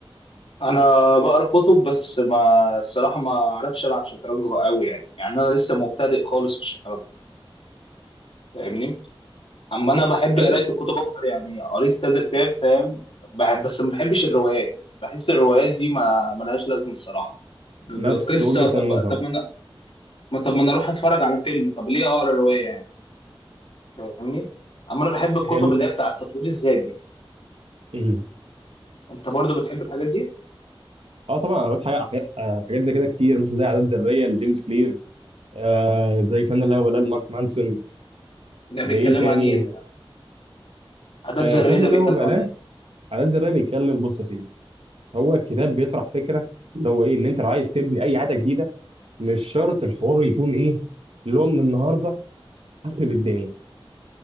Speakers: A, on the left; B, on the right.
A: أنا بقرأ كتب بس ما الصراحة ما أعرفش ألعب شطرنج أوي يعني يعني أنا لسه مبتدئ خالص في الشطرنج فاهمني؟ اما انا بحب
B: حلو
A: قرايه الكتب اكتر يعني قريت كذا كتاب فاهم بحب بس ما بحبش الروايات بحس الروايات دي ما ملهاش لازمه الصراحه
B: نفس
A: قصه
B: وجهه
A: طب
B: النظر
A: طب ما انا ما- طب ما انا اروح اتفرج على فيلم طب ليه اقرا روايه يعني فاهمني اما انا بحب الكتب
B: حلو
A: اللي هي بتاع التطوير الذاتي
B: مم.
A: انت برضو بتحب الحاجات دي
B: اه طبعا انا قريت حاجه حاجات آه، حاجات زي كده كتير مثلا زي عادات ذريه لجيمس كلير آه زي فن اللا مبالاه لمارك مانسون
A: ده
B: زي
A: بيتكلم
B: ايه تاني
A: عن ايه ده عادات
B: آه
A: ذريه
B: فن
A: ده
B: اللا
A: بيتكلم
B: مبالاه
A: عن ايه
B: عادات ذريه بيتكلم بص يا سيدي هو الكتاب بيطرح فكره اللي هو ايه ان انت لو عايز تبني اي عاده جديده مش شرط الحوار يكون ايه اللي هو من النهارده هخرب الدنيا